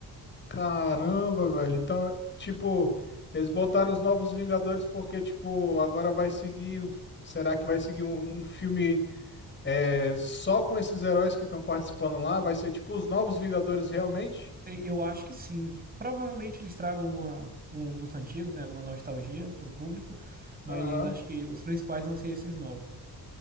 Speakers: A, on the left; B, on the right.
A: Caramba, velho. Então, tipo, eles botaram os Novos Vingadores porque, tipo, agora vai seguir. o- Será que vai seguir um, um filme é, só com esses heróis que estão participando lá? Vai ser tipo os Novos Vingadores realmente?
B: E- Eu acho que sim. Provavelmente eles tragam alguma, um dos antigos, né, alguma nostalgia pro público, mas
A: Aham.
B: acho que os principais vão ser esses novos.